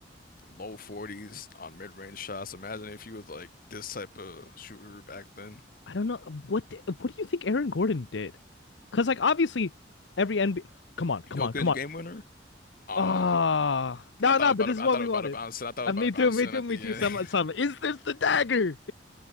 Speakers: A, on the left; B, on the left.
A: low 40s on mid-range shots. Imagine if he was like this type of shooter back then.
B: I don't know what di- what do you think Aaron Gordon did? Because like obviously every NBA come on, come
A: Yo,
B: on,
A: 'cause
B: come
A: you
B: on.
A: game winner? Ah.
B: Ah, no,
A: I thought
B: no,
A: about
B: but this
A: it.
B: is
A: I
B: what
A: thought
B: we
A: about
B: wanted.
A: it bouncing. I thought
B: Uh,
A: about
B: me
A: it
B: too,
A: bouncing
B: me too,
A: at
B: me
A: the
B: too.
A: end.
B: Some
A: <laughs>
B: some is this the dagger?